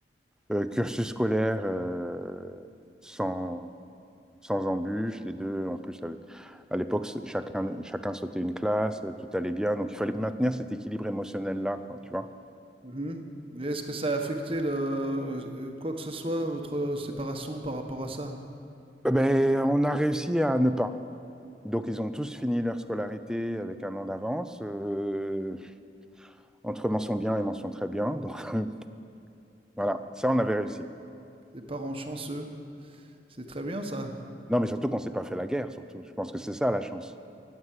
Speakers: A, in the centre; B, on the right.
A: euh, cursus scolaire euh, sans, sans embûches. Les deux, en plus, avaient- à l'époque, chacun, chacun sautait une classe, euh, tout allait bien. Donc, il fallait maintenir cet équilibre émotionnel-là, quoi, tu vois.
B: Mmh et est-ce que ça a affecté le, heu, quoi que ce soit, votre séparation par rapport à ça?
A: Eh ben, on a réussi à ne pas. Donc, ils ont tous fini leur scolarité avec un an d'avance, euh, entre mention bien et mention très bien. Donc, <laughs> voilà,
B: Ouais.
A: ça, on avait réussi.
B: Les parents chanceux, c'est très bien ça.
A: Non, mais surtout qu'on s'est pas fait la guerre, surtout. Je pense que c'est ça, la chance.